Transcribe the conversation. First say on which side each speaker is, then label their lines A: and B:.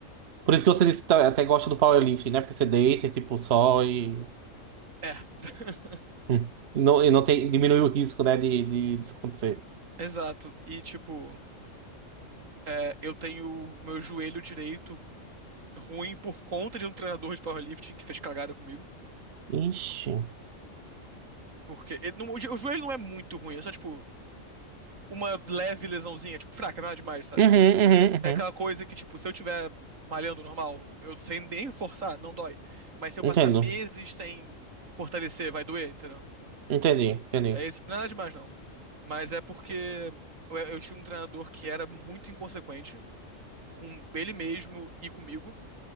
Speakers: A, on the right; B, on the right.
A: Por isso que você disse que tá- até gosta do powerlifting, né? Porque você deita, tipo, só e.
B: <laughs>
A: Hum. E não, e não tem, diminui o risco, né, de, de, disso acontecer.
B: Exato. E, tipo, É, eu tenho o meu joelho direito ruim por conta de um treinador de powerlifting que fez cagada comigo.
A: Ixi. Uhum,
B: Porque ele não- o jo- o joelho não é muito ruim, é só, tipo, uma leve lesãozinha, tipo, fraca, nada demais, sabe?
A: uhum, uhum.
B: É aquela coisa que, tipo, se eu tiver malhando normal, eu sem nem forçar, não dói. Mas se
A: Entendo.
B: eu passar meses sem fortalecer, vai doer, entendeu?
A: Entendi, entendi.
B: É esse, nada demais, não. Mas é porque eu, eu tinha um treinador que era muito inconsequente com ele mesmo e comigo.